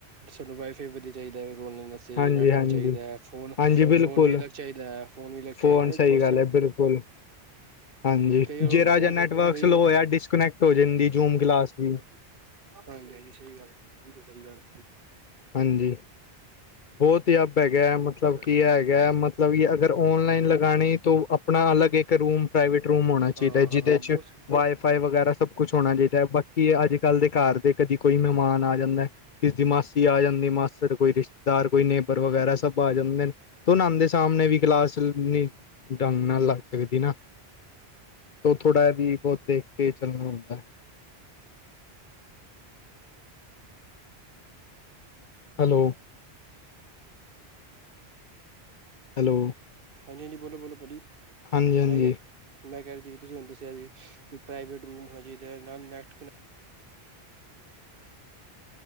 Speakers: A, on the right; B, on the left.
A: ਸਾਨੂੰ ਵਾਈਫਾਈ ਵਧੀਆ ਚਾਹੀਦਾ ਹੈ। ਫੇਰ ਰੋ ਵਾਸਤੇ
B: ਹਾਂਜੀ
A: ਨੈੱਟ
B: ਹਾਂਜੀ
A: ਵੀ ਚਾਹੀਦਾ ਹੈ, ਫੋਨ
B: ਹਾਂਜੀ ਬਿਲਕੁਲ
A: ਫੋਨ ਵੀ ਅਲੱਗ ਚਾਹੀਦਾ ਹੈ। ਫੋਨ ਵੀ ਲੈ
B: ਫੋਨ
A: ਕੇ ਆਈਦਾ।
B: ਸਹੀ
A: ਇਹਦੇ ਬਲ
B: ਗੱਲ ਹੈ ਬਿਲਕੁਲ। ਹਾਂਜੀ,
A: ਕਈ
B: ਜਿਹੜਾ
A: ਵਾਰ ਹੁਣ ਹੁਣ
B: ਜਿਹਾ ਨੈਟਵਰਕ
A: ਕਈ
B: ਸਲੋ
A: ਵਾਰ
B: ਹੋ ਡਿਸਕਨੈਕਟ ਹੋ ਜਾਂਦੀ। ਗਿਲਾਸ ਵੀ।
A: ਹਾਂਜੀ- ਹਾਂਜੀ ਸਹੀ ਗੱਲ, ਬਿਲਕੁਲ ਸਹੀ ਗੱਲ।
B: ਹਾਂਜੀ। ਬਹੁਤ ਹੀ ਅੱਪ ਹੈਗਾ। ਮਤਲਬ
A: ਸਹੀ ਗੱਲ
B: ਕੀ ਹੈਗਾ ਮਤ ਮਤਲਬ ਅਗਰ ਔਨਲਾਈਨ ਲਗਾਣੇ ਤਾਂ ਆਪਣਾ ਅਲਗ ਇੱਕ ਇੱਕ ਰੂਮ ਪ੍ਰਾਈਵੇਟ ਰੂਮ ਹੋਣਾ ਚਾਹੀਦਾ।
A: ਹਾਂ
B: ਜਿਹਦੇ ਚ
A: ਬਹੁਤ
B: ਵਾਈਫਾਈ ਵਗੈਰਾ ਸਭ ਕੁਛ ਹੋਣਾ ਚਾਹੀਦਾ ਹੈ। ਬਾਕੀ ਅੱਜ ਕੱਲ ਦੇ ਘਰ ਦੇ ਕਦੀ ਕੋਈ ਮਹਿਮਾਨ ਆ ਜਾਂਦਾ। ਜਦੀ ਮਸ ਕਦੀ ਆ ਜਾਂਦੀ। ਮਾਸਟਰ ਕੋਈ ਰਿਸ਼ਤੇਦਾਰ, ਕੋਈ ਨੇਬਰ ਵਗੈਰਾ ਸਭ ਆ ਜਾਂਦੇ। ਤੂੰ ਨਉ ਦੇ ਸਾਹਮਣੇ ਵੀ ਕਲਾਸ ਨ ਡੰਗ ਨਾਲ ਲੱਗ ਸਕਦੀ ਨਾ। ਤ ਥੋੜ੍ਹਾ ਜ ਵੀ ਬਹੁਤ ਦੇਖ ਕੇ ਚੱਲਣਾ ਹੁੰਦਾ। ਹੈਲੋ, ਹੈਲੋ,
A: ਹਾਂਜੀ -ਹਾਂਜੀ ਬੋਲੋ- ਬੋਲੋ ਭਾਜੀ
B: ਹਾਂਜੀ ਹਾਂਜੀ
A: ਮੈਂ ਕਿਹਾ। ਮੈਂ ਕਹਿ ਜਵੇ ਤੁਸੀਂ ਹੁੂੰ ਦੱਸਿਆ ਸੀ ਵੀ। ਪ੍ਰਾਈਵੇਟ ਰੂਮ ਹੋਣਾ ਚਾਹੀਦਾ। ਨਾਲ ਨੈਕਟ